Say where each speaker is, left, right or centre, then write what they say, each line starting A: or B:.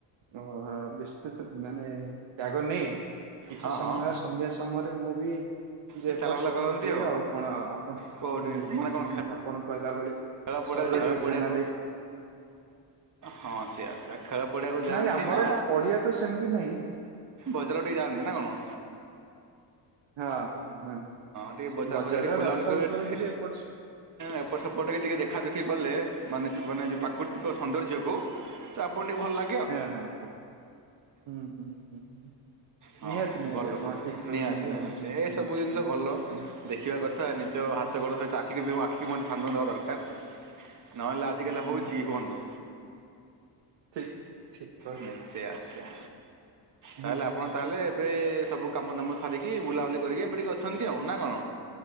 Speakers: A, on the right; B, on the right.
A: ଓ ବିସ୍ତତ ମାନେ ତ୍ୟାଗ ନାହିଁ। କିଛି
B: ହଁ
A: ସମୟ
B: ହଁ
A: ସନ୍ଧ୍ୟା ସମୟରେ ମୁଁ ବି। ଟିକେ
B: ଏ
A: ଏପଟ
B: ଚାଲାବୁଲା
A: ସେପଟ
B: କରନ୍ତି
A: ହୁଏ ଆଉ କଣ ଆପଣ ହୁଁ
B: କେଉଁଠି
A: ହଁ
B: ମାନେ କ'ଣ
A: ହୁଁ
B: ଖେ-
A: ଆପଣ କହିଲା ଭଳି।
B: ଖେଳ ପଡିଆ
A: ଶରୀର
B: ଖେଳ
A: ଟିକେ
B: ପଡିଆକୁ
A: ଧ୍ୟାନ ଦେ
B: ହଁ ସେଇଆ ସେଇଆ। ଖେଳ ପଡିଆକୁ ଯାଆନ୍ତି
A: ନାଇଁ ଆମର
B: ନା
A: ପଡିଆ ତ ସେମିତି ନାହିଁ
B: ବଜାର ଟିକେ ଯାଆନ୍ତି ନା କଣ।
A: ହଁ ହଁ
B: ଟିକେ ବଜାର
A: ବଜାରରେ
B: ଫଜାର ଟିକେ ବୁଲାବୁଲି
A: ରାସ୍ତା
B: କରି
A: ଉପରେ ଟିକେ ଏପଟ ସେ
B: ଏପଟ ସେପଟ ହେଇ ଟିକେ ଦେଖାଦେଖି କଲେ ମାନେ ମାନେ ଯେଉଁ ପ୍ରାକୃତିକ ସୌନ୍ଦର୍ଯ୍ୟକୁ ତ ଆପଣ ଟିକ ଭଲ ଲା
A: ହେଁ ହଁ ହଁ। ହୁଁ ହୁଁ ହୁଁ ହ
B: ହଁ
A: ନିହାତି
B: ହଁ
A: ନିହାତି
B: ଭଲ
A: ଆପଣ
B: ଭଲ
A: ଠିକ କହିଛନ୍ତି
B: ନିହାତି ନିହାତି
A: ଆଉ ହଁ ହୁଁ।
B: ଏସବୁ ଜିନିଷ
A: ହୁଁ
B: ଭଲ
A: ହୁଁ
B: ଦେଖିବା କଥା ନିଜ
A: ହୁଁ
B: ହାତ
A: ହୁଁ
B: ଗୋଡ଼ ସ ଆଖି ଆଖିକୁ ମଧ୍ୟ ସାନ୍ଦ ଦେବା ଦରକାର ନହେଲେ ଆଜିକାଲି
A: ହୁଁ
B: ହଉଛି କି
A: ହୁଁ
B: କୁହନ୍ତୁ।
A: ଠିକ ଠିକ। ଠିକ କହିଲେ
B: ହୁଁ ସେଇଆ ସେଇଆ ତାହେଲେ
A: ହୁଁ
B: ଆପଣ
A: ହୁଁ
B: ତାହେଲେ ଏବେ ସବୁ କାମ ଦାମ ସାରିକି ବୁଲାବୁଲି କରିକି ଏବେ ଟିକେ ଅଛନ୍ତି ଆଉ ନା କଣ।